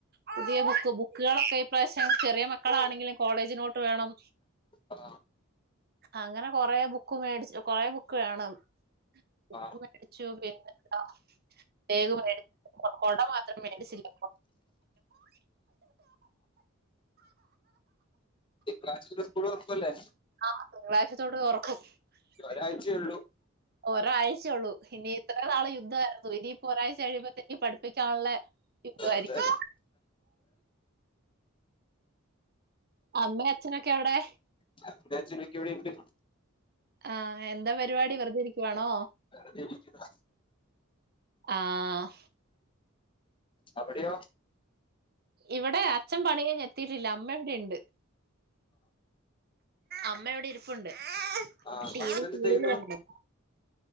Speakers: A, on the right; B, on the left.
A: പുതിയ ബുക്ക് ബുക്കുകളൊക്കെ ഇപ്രാവശ്യം ചെറിയ മക്കളാണെങ്കിലും കോളേജ് നോട്ട് ട്ട്‌ വേണം
B: ആ
A: അങ്ങനെ കൊറെ ബുക്ക് മേടച്ച് കൊറേ ബുക്ക് വേണം ബുക്ക്
B: ആ
A: മേടിച്ചു പിന്നെന്ത ബേഗ് മേട് കൊട മാത്രം മേടിച്ചില്ല
B: കാച്ച് ന്നിട്ട് സ്ക്കൂൾ തൊറക്കുല്ലേ
A: ആഹ് തിങ്കളാഴ്ച തൊട്ട് തൊറക്കും
B: ഒരാഴ്ചയുള്ളൂ
A: ഒരാഴ്ചയുള്ളു ഇനി ഇത്ര നാള് യുദ്ധയിരുന്നു ഇനിയിപ്പോ ഒരാഴ്ച കഴിയുമ്പത്തേക്കും പഠിപ്പിക്കാനുള്ള യുദ്ധായിരിക്കും
B: അതെ
A: അമ്മെ അച്ഛനൊക്കെ എവിടെ
B: <unintelligible> ഇവടെ ണ്ട്
A: ആഹ് എന്താ പരിപാടി വെറുതെ ഇരിക്കുവാണോ
B: വെറുതെ ഇരിക്കുന്നു
A: ആഹ്
B: അവിടെയോ
A: ഇവിടെ അച്ഛൻ പണി കഴിഞ്ഞ് എത്തിട്ടില്ല അമ്മ ഇവിടെയുണ്ട് അമ്മയിവിടെ ഇരിപ്പുണ്ട്
B: ആ
A: ടി
B: ഹസ്ബൻഡ്
A: വി സീരിയൽ
B: എന്ത് ചെയ്യുന്നു
A: കാണും